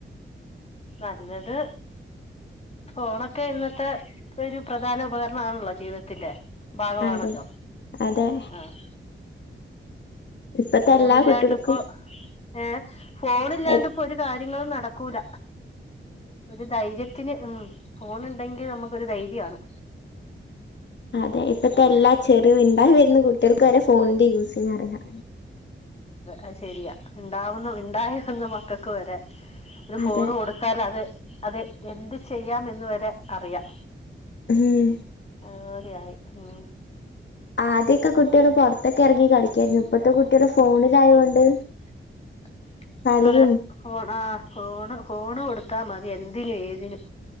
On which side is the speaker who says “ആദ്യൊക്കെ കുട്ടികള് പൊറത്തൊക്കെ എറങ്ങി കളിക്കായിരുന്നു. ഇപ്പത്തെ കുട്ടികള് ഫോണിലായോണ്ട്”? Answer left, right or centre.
Left